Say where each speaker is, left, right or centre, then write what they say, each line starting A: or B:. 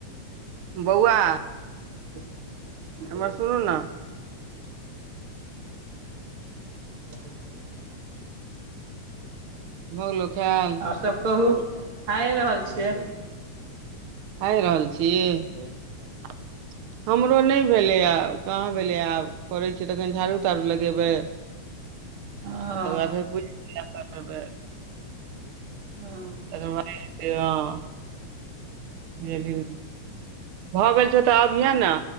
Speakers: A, on the right; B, on the right.
A: <inaudible> बौआ
B: <unintelligible>
A: एम्हर सुनू न
B: <unintelligible>
A: भऽ गेलो खैल
B: और सब कहू खाए रहल
A: <unintelligible>
B: छियै
A: खाए रहल छी <unintelligible> हमरो नै भेलै या कहाँ भेलै आब करै छियै तखन झाड़ूं ताड़ू लगेबै
B: ओ
A: आ तकर बाद <unintelligible>
B: हँ
A: <unintelligible> <unintelligible> भऽ गेल छौ तऽ अभिय न